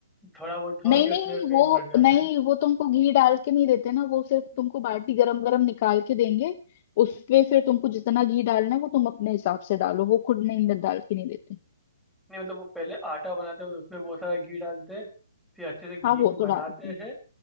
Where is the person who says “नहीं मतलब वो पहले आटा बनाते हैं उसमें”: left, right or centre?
Centre